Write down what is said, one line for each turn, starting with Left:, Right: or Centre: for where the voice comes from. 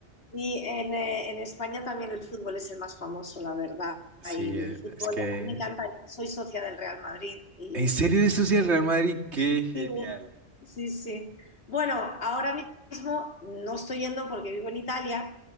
Left: Y en, eh, en España también el fútbol es el más famoso, la verdad.
Right: Sí,
Left: Y
Right: eh,
Left: el fútbol,
Right: es que...
Left: a mí me encanta, yo soy socia del Real Madrid. Y
Right: ¿En serio eres socio del Real Madrid? ¡Qué genial!
Left: sí, sí, sí. Bueno, ahora mismo no estoy yendo porque vivo en Italia,